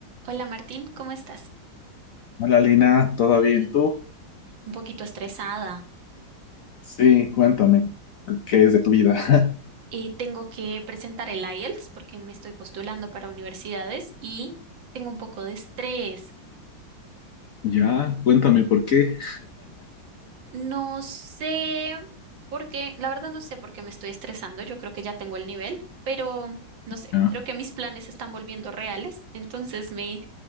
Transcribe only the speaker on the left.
Hola Lina, ¿todo bien tú?
Sí, cuéntame, ¿qué es de tu vida? <laughs>
Ya, cuéntame por qué.
Ya,